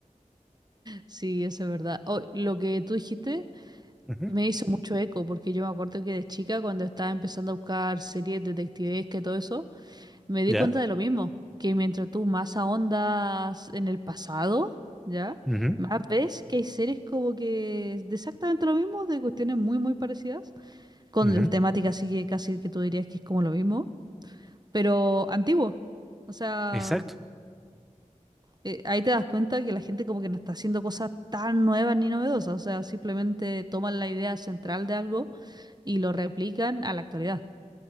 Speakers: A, on the right; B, in the centre.
A: Sí, eso es verdad. Oh, lo que tú dijiste
B: Ujú.
A: me hizo mucho eco, porque yo me acuerdo que de chica, cuando estaba empezando a buscar series detectives que todo eso, Me di
B: ¿Ya?
A: cuenta de lo mismo, que mientras tú más ahondas en el pasado, ¿ya?
B: Ujú,
A: Más ves que hay series como que de exactamente lo mismo, de cuestiones muy, muy parecidas, con
B: ujú.
A: la temática así que casi que tú dirías que es como lo mismo, pero antiguo. O sea,
B: Exacto.
A: eh, ahí te das cuenta que la gente como que no está haciendo cosas tan nuevas ni novedosas, o sea, simplemente toman la idea central de algo y lo replican a la actualidad.